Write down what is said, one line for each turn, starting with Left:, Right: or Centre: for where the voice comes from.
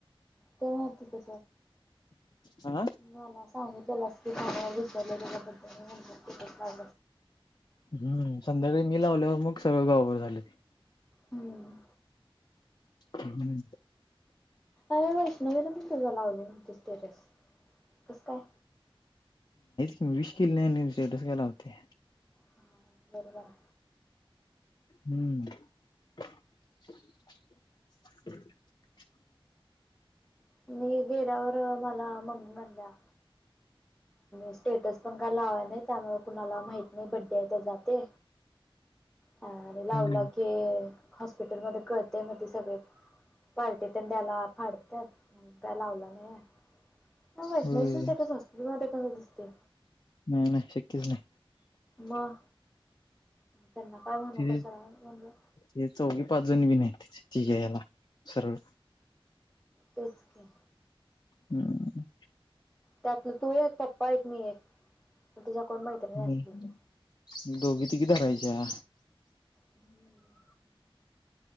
Centre: ते माहित होतं
Left: हा
Centre: मला सांगितला झाला कि बर्थडे करता
Left: हम्म संध्याकाळी मी लावल्यावर मग सगळं गावाभर झाले
Centre: हम्म
Left: हम्
Centre: अरे वैष्णवीला पण तुझा लावली नव्हती स्टेटस कसं काय
Left: विष केलं नाही स्टेटस काय लावत्या
Centre: हा बरोबर
Left: हम्म <unintelligible>
Centre: मी गेल्यावर मला मम्मी म्हणल्या स्टेटस पण काय लावाय नाही त्यामुळे कुणाला माहित नाही बड्डे आहे त्याचा ते हा लावला
Left: हम्म
Centre: की हॉस्पिटल मध्ये कळतय मग ते सगळे पार्टी तेन द्यायला फाडतात का लावलं नाही वैष्णवीच
Left: होय
Centre: स्टेटस हॉस्पिटल मध्ये कसा दिसतोय
Left: नाही नाही शक्यच नाही
Centre: मग त्यांना काय म्हणू
Left: ते
Centre: कशाला म्हणलं
Left: ते चौघे पाचजन बी नाहीत तिथं तीघे याला सरळ
Centre: तेच कीे
Left: हम्म
Centre: त्यातलं तू एक पप्पा एक मी एक तिच्या कोण मैत्रिणी
Left: ह
Centre: असतील त्या
Left: दोघी तिघी धरायच्या
Centre: हम्म